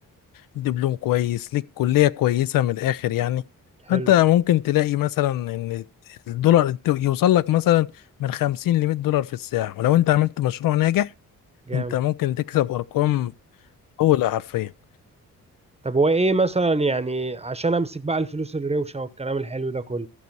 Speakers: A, on the left (about 75°); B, on the right (about 20°).
A: دبلوم كويس ليك كلية كويسة من الآخر يعني
B: حلو
A: أنت ممكن تلاقي مثلا إن الدولار يوصل لك مثلا من 50 ل 100 دولار في الساعة ولو أنت عملت مشروع ناجح
B: جامد
A: أنت ممكن تكسب أرقام أولى حرفيا
B: طب هو ايه مثلا يعني عشان امسك بقى الفلوس الروشه والكلام الحلو ده كله